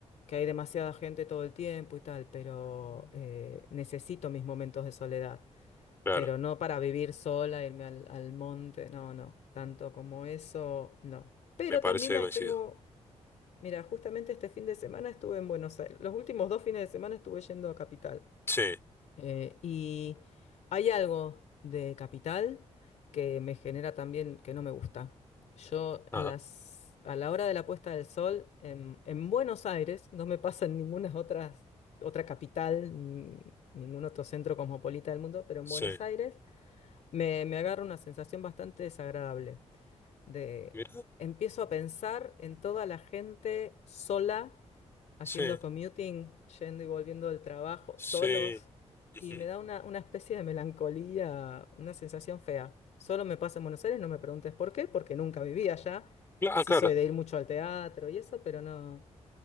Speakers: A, on the left; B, on the left.
A: que hay demasiada gente todo el tiempo y tal, pero eh, necesito mis momentos de soledad.
B: claro,
A: pero no para vivir sola, irme al, al monte, no, no, tanto como eso, no. Pero
B: me parece
A: también
B: que
A: a-
B: coincido.
A: tengo, mira, justamente este fin de semana estuve en Buenos Aires, los últimos dos fines de semana estuve yendo a Capital.
B: Sí,
A: Eh, y hay algo de Capital que me genera también que no me gusta. Yo
B: ah,
A: a las, a la hora de la puesta del sol en, en Buenos Aires, no me pasa en ninguna otras, otra capital, n- ningún otro centro cosmopolita del mundo, pero en
B: sí,
A: Buenos Aires me, me agarra una sensación bastante desagradable de
B: mira,
A: empiezo a pensar en toda la gente sola, haciendo
B: sí,
A: commuting, yendo y volviendo del trabajo,
B: sí.
A: solos,
B: ujú.
A: y me da una, una especie de melancolía, una sensación fea. Solo me pasa en Buenos Aires, no me preguntes por qué, porque nunca viví allá.
B: Cla-
A: Sí
B: Ah, claro,
A: soy de ir mucho al teatro y eso, pero no.